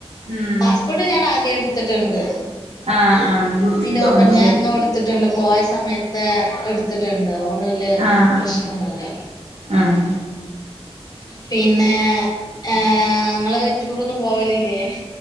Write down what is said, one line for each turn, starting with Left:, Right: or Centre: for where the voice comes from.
Right: ഉം
Left: പാസ്പോർട്ട് ഞാൻ ആദ്യേ എട്ത്തിട്ട്ണ്ട്
Right: ആഹ് ആഹ്
Left: പിന്നെ കൊപ്പം
Right: അത്
Left: ഞാ
Right: ശരി
Left: ഇന്ന് കൊട്ത്തിട്ട്ണ്ട് പോയ സമയത്തെ എട്ത്ത്ട്ട്ണ്ട് തഓണ്ട് വല്യ
Right: ആഹ് ആഹ്
Left: പ്രശ്നൊന്നുല്ല
Right: ആഹ്
Left: പിന്നെ ഏഹ് ഇങ്ങള് റ്റൂറൊന്നും പോവലില്ലേ